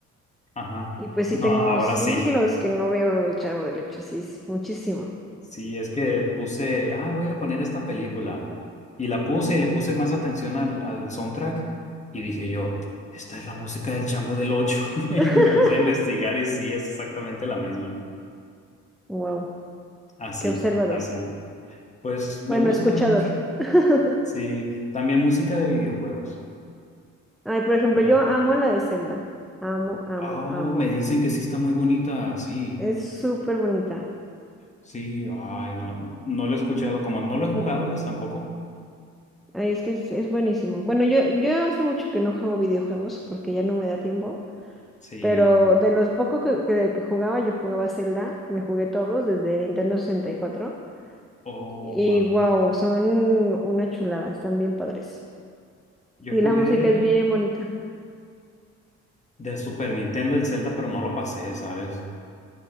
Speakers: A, on the left (about 25°); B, in the centre.
A: ajá,
B: Y pues sí
A: no,
B: tengo
A: ahora
B: siglos
A: sí,
B: que no veo el Chavo del Ocho, sí, es muchísimo.
A: sí, es que puse, ah, voy a poner esta película. Y la puse y le puse más atención al, al soundtrack y dije yo, esta es la música del Chavo del Ocho <laughs> y
B: <laughs>
A: me puse a investigar y sí, es exactamente la misma.
B: Wow,
A: Así,
B: qué observador.
A: así. Pues me
B: Bueno,
A: gusta,
B: escuchador.
A: no sé.
B: <laughs>
A: Sí, también música de videojuegos.
B: Ay, por ejemplo,
A: La,
B: yo amo la de Zelda. Amo, amo,
A: Oh,
B: amo.
A: me dicen que sí está muy bonita, sí,
B: Es súper bonita.
A: sí, ay, no, no lo he escuchado, como no lo he jugado, pues tampoco,
B: Ay, es que es, es buenísimo. Bueno, yo, yo hace mucho que no juego videojuegos porque ya no me da tiempo.
A: sí,
B: Pero de los pocos que, que, de que jugaba, yo jugaba Zelda. Me jugué todos desde Nintendo sesenta y cuatro
A: oh,
B: Y
A: wow,
B: wow, son una chulada. Están bien padres.
A: yo
B: Y
A: jugué
B: la música es bien bonita.
A: de Super Nintendo el Zelda, pero no lo pasé, ¿sabes?